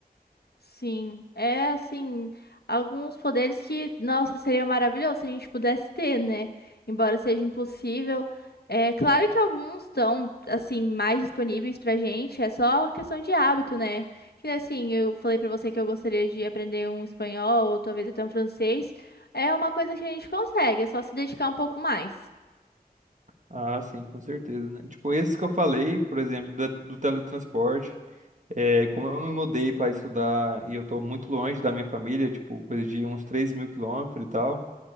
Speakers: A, on the left (about 80°); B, on the right (about 50°).
A: Sim, é assim, alguns poderes que, nossa, seria maravilhoso se a gente pudesse ter, né? Embora seja impossível. É claro que alguns estão, assim, mais disponíveis pra gente, é só questão de hábito, né? Que assim, eu falei pra você que eu gostaria de aprender um espanhol ou talvez até um francês. É uma coisa que a gente consegue, é só se dedicar um pouco mais.
B: Ah, sim, com certeza, né? Tipo, esses que eu falei, por exemplo, da- do teletransporte, é, como eu me mudei para estudar e eu tô muito longe da minha família, tipo, coisa de uns três mil quilômetros e tal,